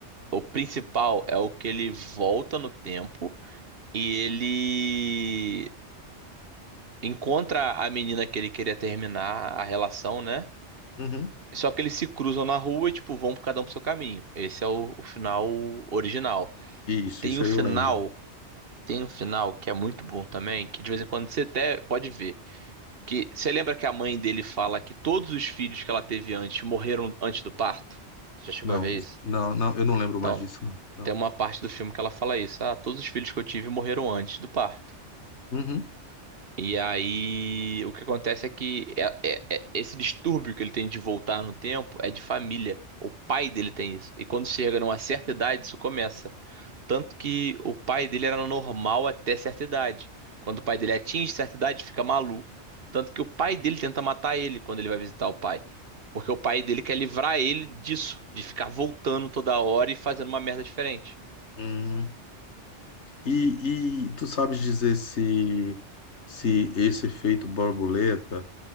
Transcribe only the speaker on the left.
Uhum.
Isso,
isso
aí
eu lembro.
Não,
isso-
não, não, eu não lembro
mais disso, não. Não.
Uhum.
Hum. E, e tu sabes dizer se, se esse efeito borboleta,